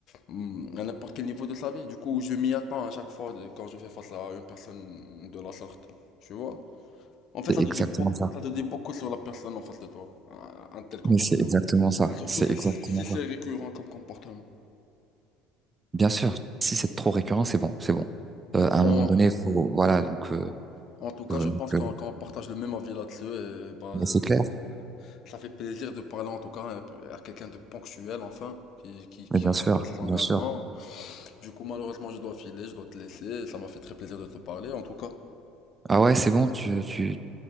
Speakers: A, on the left; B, on the right.
A: mm, à n'importe quel niveau de sa vie. Du coup, je m'y attends à chaque fois de- quand je fais face à une personne de la sorte. Tu vois? En fait,
B: C'est
A: ça
B: exactement
A: te dit beaucoup,
B: ça.
A: ça te dit beaucoup sur la personne en face de toi, un, un tel comportement.
B: Mais c'est exactement ça.
A: Surtout
B: C'est
A: si,
B: exactement
A: si
B: ça.
A: c'est récurrent comme comportement.
B: Bien sûr, si c'est trop récurrent, c'est bon, c'est bon. Euh, à
A: Bon,
B: un moment donné, faut, voilà, donc, euh,
A: en tout cas,
B: euh,
A: je
B: donc,
A: pense qu'on
B: euh,
A: qu'on partage le même avis là-dessus et bah,
B: mais
A: je-
B: c'est clair.
A: ça fait plaisir de parler en tout cas un peu à quelqu'un de ponctuel enfin, qui, qui, qui
B: Mais bien
A: respecte
B: sûr,
A: ses engagements.
B: bien sûr.
A: Du coup, malheureusement, je dois filer, je dois te laisser. Ça m'a fait très plaisir de te parler en tout cas.
B: Ah ouais, c'est bon, tu, tu,